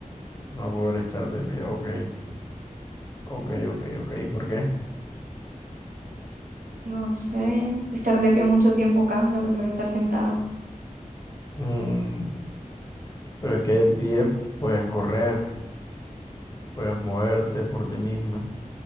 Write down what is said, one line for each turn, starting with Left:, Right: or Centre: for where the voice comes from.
Left: No poder estar de pie, ok. Ok, ok, ok.
Right: Sí,
Left: ¿Por
Right: sí.
Left: qué?
Right: No sé, estar de pie mucho tiempo cansa, prefiero estar sentada.
Left: Mm, pero es que de pie puedes correr, puedes moverte por ti misma.